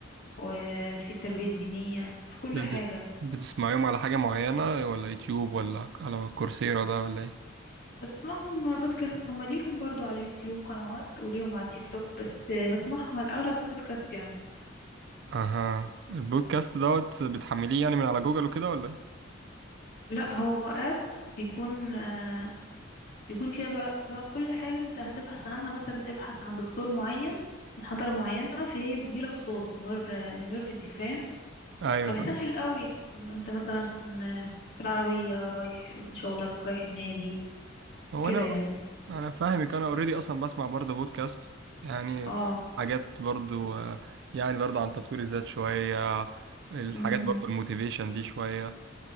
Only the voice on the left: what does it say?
وفي التربية الدينية في كل
حاجة
بسمعهم بودكاست هم ليهم برضو على اليوتيوب قنوات وليهم على التيك توك بس بسمعهم على الأغلب بودكاست يعني
لا هو آب بيكون آه، بيكون فيها بقى, بقى كل حاجة انت هتبحث عنها مثلا تبحث عن دكتور معين محاضرة معينة فهي بتجيلك صوت من غير من غير فيديو فاهم
فبيسهل
قوي إن انت مثلا في العربية رايح شغلك رايح النادي
كده
يعني
اه
امم